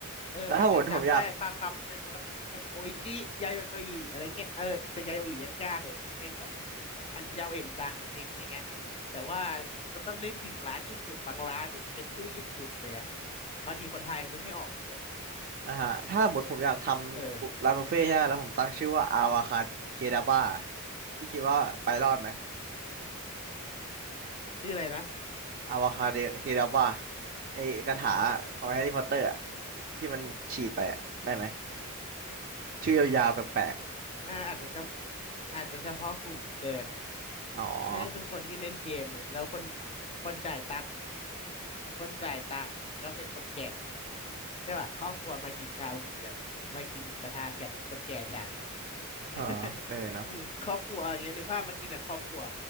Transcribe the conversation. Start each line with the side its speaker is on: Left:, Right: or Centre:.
Left: เอออาจจะจำได้บางคำเนี่ยแบบแบบโออิชิยาโยอิอะไรเงี้ยเออแต่ยาโยอิยังยากเลยถ้าแม่งแบบ
Right: แล้วถ้าหมดผมอยาก
Left: อันยาโยอิมันดังจริงอะไรเงี้ยแต่ว่าเราต้องนึกถึงร้านญี่ปุ่นบางร้านที่มันเป็นชื่อญี่ปุ่นเลยอะบางทีคนไทยมันนึกไม่ออกนะเว้ย
Right: อ่าฮะถ้าหมดผมอยากทำบุร้านบุฟเฟ่ต์ใช่ไหมแล้วผมตั้งชื่อว่าอาวาคาเคดาบ้า
Left: เออ
Right: พี่คิดว่าไปรอดไหม
Left: ชื่ออะไรนะ
Right: อาวาคาเคดาบ้าไอกระถาของแฮร์รี่พอตเตอร์อะที่มันฉีดไปอะได้ไหมชื่อยาวๆแปลก
Left: อ่าอาจจะจะอาจจะเฉพาะกลุ่มเกิน
Right: ๆอ๋อ
Left: ไม่ได้ทุกคนที่เล่นเกมนี่แล้วคน
Right: <laughs>
Left: คนจ่ายตังค์คนจ่ายตังค์ก็เป็นคนแก่ใช่ป่ะครอบครัวมากินชาบูกันมากินหมูกระทะกันคนแก่จ่าย
Right: เออเออเนาะ
Left: <laughs> อืมครอบครัวอย่างเงี้ยนึกภาพมากินกับครอบครัว